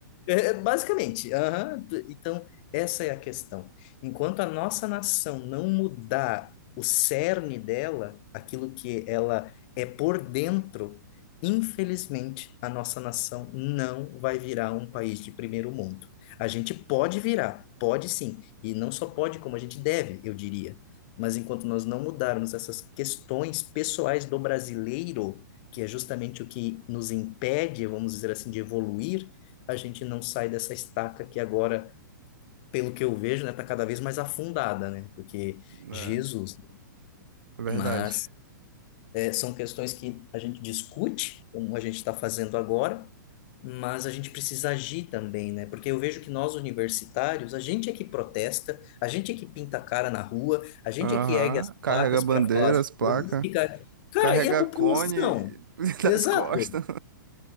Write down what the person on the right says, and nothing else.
É,
é verdade.
Aham.
Carrega
bandeiras,
placa.
Carrega
cone <laughs> nas
costas.